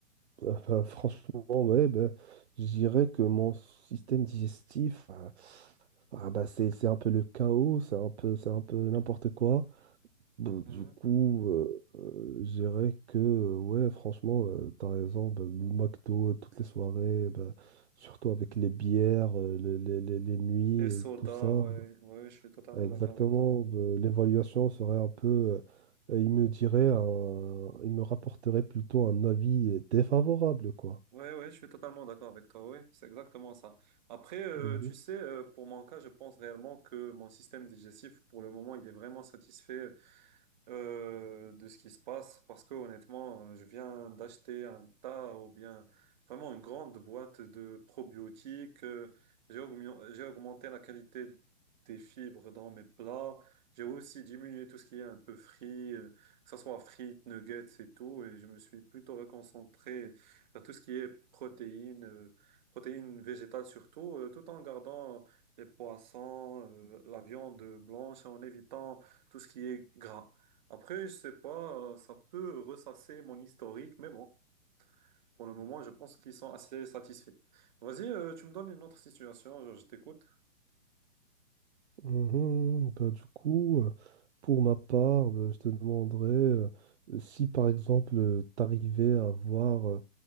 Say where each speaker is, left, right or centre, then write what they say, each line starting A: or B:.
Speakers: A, on the right; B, on the right.
A: Ah bah, franchement, ouais, bah, je dirais que mon système digestif, ah, ah bah, c'est, c'est un peu le chaos, c'est un peu, c'est un peu n'importe quoi. Bon,
B: Mhm.
A: du coup, euh, euh, je dirais que, euh, ouais, franchement, euh, t'as raison, bah, le McDo, euh, toutes les soirées, bah, surtout avec les bières, euh, les, les- les- les nuits
B: Et soda,
A: et tout ça.
B: ouais, ouais, je suis totalement
A: Ah, Ouais, je-
B: d'accord
A: Exactement,
B: avec toi.
A: bah, l'évaluation serait un peu, euh, il me dirait, un- il me rapporterait plutôt un avis défavorable, quoi.
B: Ouais, ouais, je suis totalement d'accord avec toi. Oui, c'est exactement ça. Après, euh,
A: Mhm.
B: tu sais, euh, pour mon cas, je pense réellement que mon système digestif, pour le moment, il est vraiment satisfait euh, de ce qui se passe parce que honnêtement, euh, je viens d'acheter un tas ou bien vraiment une grande boîte de probiotiques. euh, J'ai augmen- j'ai augmenté la qualité des fibres dans mes plats. J'ai aussi diminué tout ce qui est un peu frit, euh, que ce soit frites, nuggets et tout. Et je me suis plutôt reconcentré vers tout ce qui est protéines, euh, protéines végétales surtout, euh, tout en gardant les poissons, euh, la viande blanche, en évitant tout ce qui est gras. Après, je sais pas, euh, ça peut ressasser mon historique, mais bon, pour le moment, je pense qu'ils sont assez satisfaits. Vas-y, euh, tu me donnes une autre situation, je, je t'écoute.
A: Mhm. Bah, du coup, euh, pour ma part, euh, je te demanderais euh, si par exemple euh, t'arrivais à voir euh,